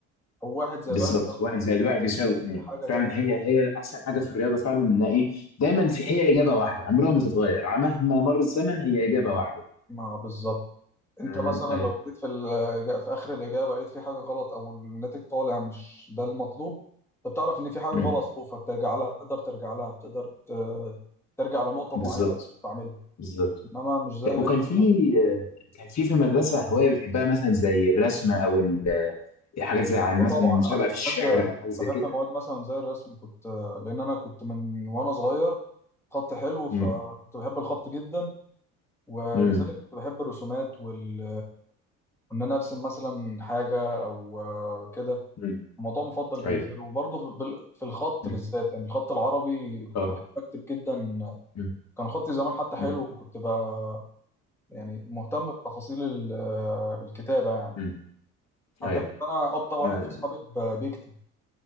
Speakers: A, in the centre; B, on the left (about 40°).
A: او واحد زائد
B: بالظبط
A: واحد بيساوي
B: واحد
A: اتنين
B: زائد واحد يساوي
A: مش اي
B: اتنين
A: حاجه
B: فعلا
A: تانية
B: هي
A: خالص
B: هي احسن حاجه في الرياضه فعلا ان ايه دايما في هي اجابه واحده عمرها ما تتغير ع- مهما مر الزمن هي اجابه واحده
A: ما بالظبط انت
B: آه،
A: مثلا لو
B: ايوه
A: جيت في ال- في اخر الاجابه لقيت في حاجه غلط او الناتج طالع مش ده المطلوب انت بتعرف ان في حاجه غلط
B: امم
A: فوق فبترجع لها بتقدر ترجع لها بتقدر ت- ترجع لنقطه
B: بالظبط
A: معينه انت بتعملها
B: بالظبط
A: انما مش زي
B: طب
A: بقيه
B: وكان
A: المواد
B: في آه، كان في في المدرسه هوايه بتحبها مثلا زي الرسم او ال- آه، حاجات زي عن
A: اه
B: مثلا
A: طبعا
B: مسابقه
A: انا
B: في
A: كنت
B: الشعر
A: بحب
B: او حاجه زي
A: بحب
B: كده
A: مواد مثلا زي الرسم كنت لان انا كنت من وانا صغير خط حلو فكنت
B: امم
A: بحب الخط جدا ولذلك
B: امم
A: كنت بحب الرسومات وال ان انا ارسم مثلا حاجه او آه، كده
B: امم
A: موضوع مفضل بالنسبه
B: ايوه
A: له وبرضه في بال- في الخط
B: مم.
A: بالذات يعني الخط العربي كنت
B: اه
A: بحب اكتب جدا
B: امم
A: كان خطي زمان حتى حلو
B: امم
A: وكنت بقى يعني مهتم بتفاصيل ال- الكتابه يعني
B: امم
A: حتى
B: ايوه
A: كنت انا ابطا واحد
B: آه،
A: في اصحابي ب- بيكتب